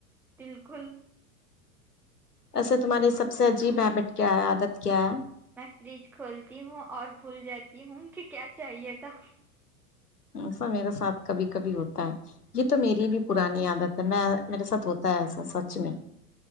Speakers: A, in the centre; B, on the left.
A: بالکل
B: ایسے تمہاری سب سے عجیب ہیبٹ کیا ہے عادت کیا ہے
A: میں فریج کھولتی ہوں اور بھول جاتی ہوں کہ کیا چاہیے تھا
B: ایسا میرے ساتھ کبھی کبھی ہوتا ہے یہ تو میری بھی پرانی عادت ہے میں میرے ساتھ ہوتا ہے ایسا سچ میں